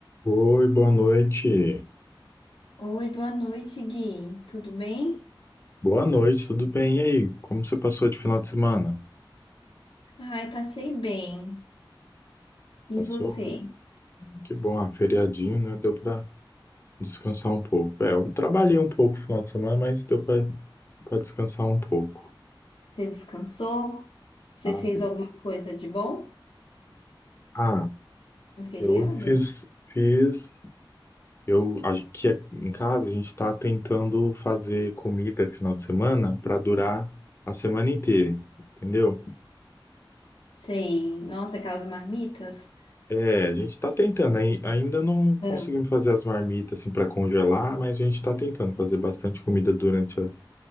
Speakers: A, on the left; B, on the left.
A: Oi, boa noite.
B: Oi, boa noite, Gui. Tudo bem?
A: Boa noite, tudo bem? E aí, como você passou de final de semana?
B: Ai, passei bem. E
A: Passou?
B: você?
A: Que bom, ah, feriadinho, né? Deu pra descansar um pouco. É, eu trabalhei um pouco no final de semana, mas deu pra, pra descansar um pouco.
B: Você descansou? Você
A: sabe?
B: fez alguma coisa de bom
A: Ah,
B: no feriado?
A: eu fiz, fiz, eu acho que aqui em casa a gente tá tentando fazer comida final de semana pra durar a semana inteira, entendeu?
B: Sei. Nossa, aquelas marmitas.
A: É, a gente tá tentando, ai- ainda não conseguimos
B: Ah,
A: fazer as marmitas assim para congelar, mas a gente tá tentando fazer bastante comida durante a-